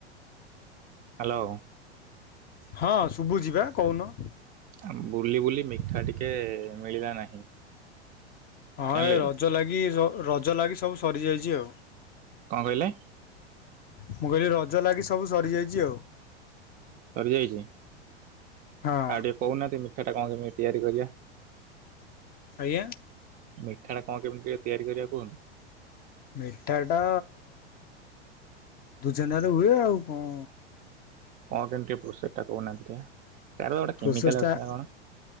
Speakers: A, on the right; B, on the left.
A: ହେଲୋ।
B: ହଁ ଶୁଭୁଚୁ ବା କହୁନ।
A: <inaudible> ନାହିଁ
B: ହଁ
A: ଜାଣିଲେ କି।
B: ରଜ ଲାଗି ସବୁ ରଜ ଲାଗି ସବୁ ସରିଯାଇଛି ଆଉ।
A: କଣ କହିଲେ?
B: ମୁଁ କହିଲି ରଜ ଲାଗି ସବୁ ସରିଯାଇଛି ଆଉ।
A: ସରିଯାଇଛି
B: ହଁ
A: ଆଉ ଟିକେ କହୁନାହାନ୍ତି ମିଠାଟା କଣ କେମିତି ତିଆରି କରିବା।
B: ଆଜ୍ଞା।
A: ମିଠା କଣ କେମିତି ତିଆରି କରିବା କୁହନ୍ତୁ?
B: ମିଠା ଟା ଛେନାରେ ହୁଏ ଆଉ କଣ?
A: କଣ କେମିତି ପ୍ରୋସେସ୍ ଟା କହୁ ନାହାନ୍ତି ଟିକେ। ତାର ଗୋଟେ କେମିକାଲ
B: ପ୍ରସେସ୍
A: ଅଛି
B: ଟା
A: ନା କଣ?